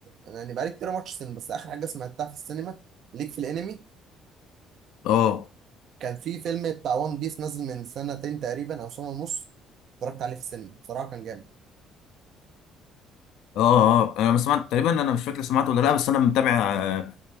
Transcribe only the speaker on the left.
اه
اه اه انا ما سمعت تقريبا انا مش فاكر سمعته ولا لا بس انا متابع